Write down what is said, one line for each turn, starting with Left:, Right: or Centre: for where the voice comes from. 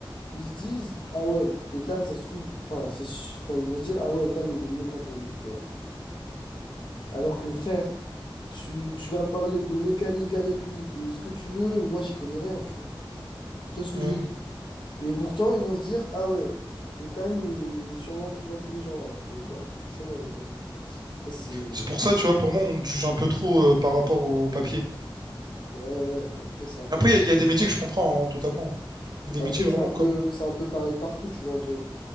Left: ils se disent, ah ouais, Ethan, ça se trouve, enfin, c'est su- enfin, ils vont se dire, ah ouais, Ethan, il est mieux qu'Anthony, tu vois. Alors que frère, tu, tu vas parler de mécanique avec lui, de ce que tu veux, moi, j'y connais rien, tu vois. Tu vois ce que
Right: Ouais.
Left: je veux dire? Mais pourtant, ils vont se dire, ah ouais, Ethan, il, il est sûrement plus intelligent, alors que, bah, pas forcément, mais bon. Ça, c'est.
Right: C'est pour ça, tu vois, pour moi, on te juge un peu trop euh, par rapport au papier.
Left: Ouais, ouais, bah, après, c'est un peu,
Right: Mais après,
Left: par-
Right: il y, a il y a des métiers que je comprends hein, totalement. Il y a des
Left: après,
Right: métiers vraiment
Left: c'est un peu,
Right: comme.
Left: c'est un peu pareil partout, tu vois, Anto.